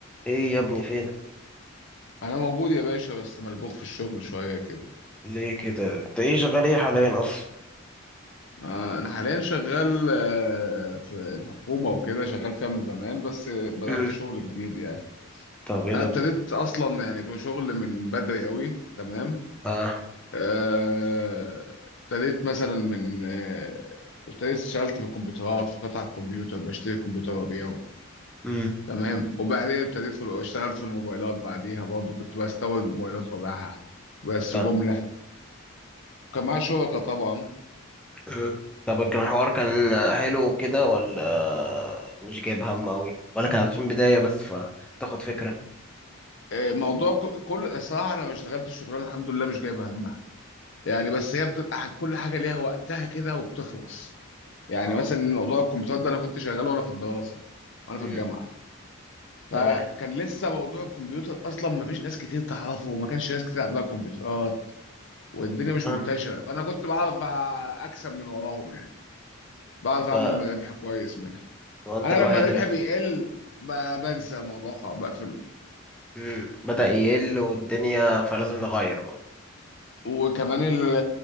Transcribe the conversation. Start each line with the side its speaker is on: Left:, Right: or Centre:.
Centre: ايه يا ابني فينك
Left: انا موجود يا باشا بس ملبوخ في الشغل شويه كده
Centre: ليه كده انت ايه شغال ايه حاليا اصلا
Left: آه، انا حاليا شغال آه، في الحكومه وكده شغال فيها من زمان بس بدات
Centre: امم
Left: شغل جديد يعني
Centre: طب ايه
Left: انا
Centre: ده
Left: ابتديت
Centre: بجد
Left: اصلا يعني بشغل من بدري قوي تمام
Centre: اه
Left: آه، ابتديت مثلا من آه، ابتديت اشتغلت في الكمبيوترات في قطع الكمبيوتر بشتري كمبيوتر وابيعه
Centre: امم
Left: تمام وبعدين ابتديت في ال- اشتغلت في الموبايلات بعديها برضه كنت بستورد موبايلات وابيعها بس
Centre: آه.
Left: جمله كان معايا شركه طبعا
Centre: أه. طب كان الحوار كان حلو كده ولا مش جايب هم اوي ولا كان في البداية بس فتاخد فكرة
Left: آه، موضوع ك- كل الصراحه انا ما اشتغلتش الشغلانه الحمد لله مش جايبه همها يعني بس هي بتبقى ح- كل حاجه ليها وقتها كده وبتخلص يعني
Centre: اه
Left: مثلا موضوع الكمبيوتر ده انا كنت شغال وانا في الدراسه وانا
Centre: امم
Left: في الجامعه فكان
Centre: تمام
Left: لسه موضوع الكمبيوتر اصلا ما فيش ناس كتير تعرفه وما كانش ناس كتير عندها كمبيوترات والدنيا مش
Centre: أه.
Left: منتشره فانا كنت بعرف أ- اكسب من وراهم يعني بعرف اعمل
Centre: لا
Left: ربح كويس منها
Centre: هو انت
Left: انا
Centre: الوحيد
Left: لما ربحي
Centre: اللي في-
Left: بيقل ب- بنسى الموضوع خالص بقفله
Centre: امم بدأ يقل والدنيا فلازم نغير بقى
Left: وكمان ال-